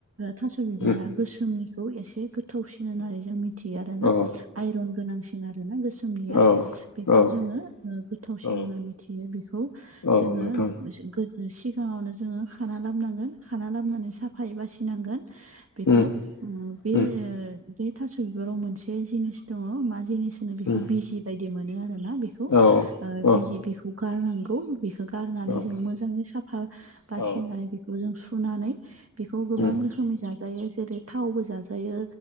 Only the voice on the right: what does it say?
थास' बिबारा
गोसोमनिखौ एसे गोथावसिन होननानै जों मिथि यो आरो ना
आइरन गोनांसिन आरोना गोसोमनिया
बेखौ
जोङो गोथावसिन
होनना मिथियो बेखौ
जोङो
सिगाङावनो जोङो खाना लाबनांगोन खाना लाबनानै साफायै बासिनांगोन बेखौ
बे
ओ बे थास' बिबाराव मोनसे जिनिस दङ मा जिनिस बेखौ
बिजि बायदि मोनो आरो ना बेखौ
बिजि बेखौ गारनांगौ बेखौ गारनानै
जोङो मोजाङै साफा बासिनानै
बेखौ जों सुनानै बेखौ गोबां
रोखोमै जाजायो जेरै थावबो जाजायो